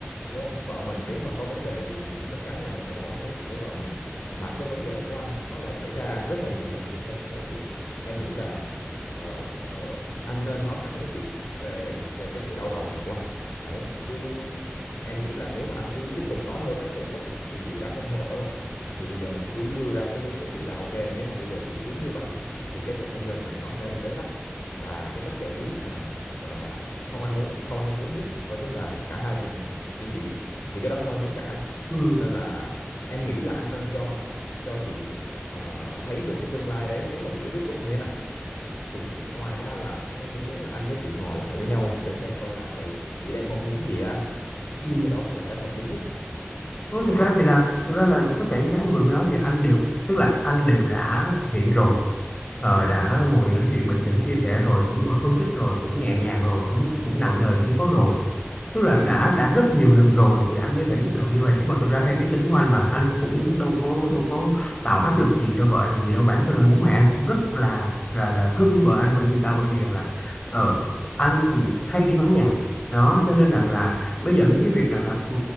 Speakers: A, on the left (about 60°); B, on the left (about 25°).
A: đúng không vợ mình nếu mà có vấn đề gì thì chắc chắn là mình phải ngồi xuống nói chuyện với vợ mình mà cái vấn đề của anh nó lại xảy ra rất là nhiều lần như thế thì em nghĩ là ờ, ờ, anh nên nói thẳng với chị về về cái sự đau đầu này của anh đấy chứ em nghĩ là nếu mà anh cứ tiếp tục nói theo cách cũ ấy thì chị đã không thay đổi rồi thì bây giờ mình cứ đưa ra cái hướng cho chị là ok nếu mà bây giờ chị cứ như vậy thì cái cuộc hôn nhân này nó sẽ đang bế tắc và cái cách giải quyết mà gọi là không ai muốn không ai mong muốn nhất đó chính là cả hai cùng ly dị thì cái đó không ai muốn cả
B: ừ.
A: nên là em nghĩ là anh nên cho cho chị ờ, thấy được cái tương lai đấy nếu mà chị cứ tiếp tục như thế này cũng ngoài ra là em cũng muốn là anh với chị ngồi lại với nhau để xem coi là ừ chị đang mong muốn gì á anh
B: Ừ.
A: thì cái đó sẽ là cái hợp lý nhất
B: Thôi, thực
A: đó
B: ra thì là thực ra là tất cả những cái anh vừa mới nói thì anh đều tức là anh đều đã thực hiện rồi ờ, đã
A: ừ
B: ngồi nói chuyện bình tĩnh chia sẻ rồi cũng ngồi phân tích rồi cũng nhẹ nhàng rồi cũng cũng nặng lời
A: ừ
B: cũng có rồi tức là
A: ừ
B: đã đã rất nhiều lần rồi thì anh mới phải nhức đầu như vậy chứ còn thực ra em biết tính của anh mà anh cũng đâu có đâu có tạo áp lực gì cho vợ anh làm gì đâu bản thân là bố mẹ anh cũng rất là là là thương vợ anh bởi vì sao bởi vì rằng là ờ, anh thì hay đi vắng nhà đó cho nên rằng
A: ừ
B: là mới dẫn đến cái việc rằng là ừ,